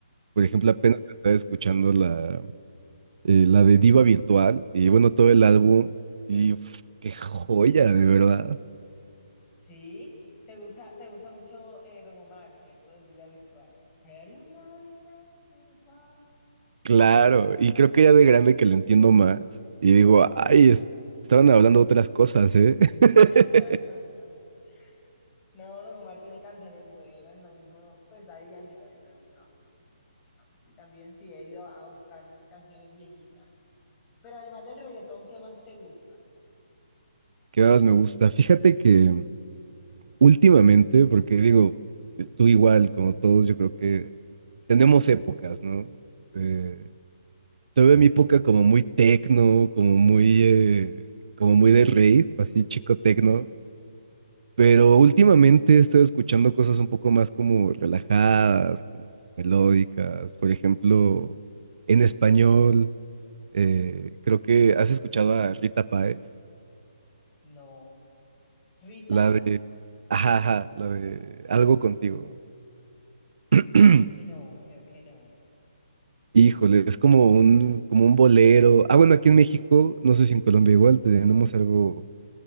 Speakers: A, on the left (about 20°); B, on the right (about 60°).
A: Sí.
B: Por ejemplo, apenas estaba escuchando la, eh, la de Diva Virtual y bueno, todo el álbum y uf, qué joya, de verdad.
A: Sí. ¿Te gusta, te gusta mucho eh, Don Omar, ¿cierto? desde vida virtual. Sería una vida virtual.
B: Claro, y creo que ya de grande que lo entiendo más y digo, ay, es- estaban hablando otras cosas, ¿eh? <laughs>
A: <laughs> No, Don Omar tiene canciones buenas, lo mismo, pues Daddy Yankee también me gusta. full, ¿no? Y también sí he ido a buscar canciones viejitas. Pero además del reggaetón, ¿qué más te gusta?
B: ¿Qué más me gusta? Fíjate que últimamente, porque digo, tú igual, como todos, yo creo que tenemos épocas, ¿no? Eh, tuve mi época como muy tecno, como muy, eh, como muy de rave, así chico tecno.
A: Ujú,
B: Pero últimamente he estado escuchando cosas un poco más como relajadas, como melódicas. Por ejemplo, en español, eh, creo que has escuchado a Rita Páez,
A: No. ¿Rita?
B: la de, ajá, ajá, la de Algo contigo. <clears throat>
A: Creo que no, creo que no.
B: Híjole, es como un, como un bolero. Ah, bueno, aquí en México, no sé si en Colombia igual, tenemos algo,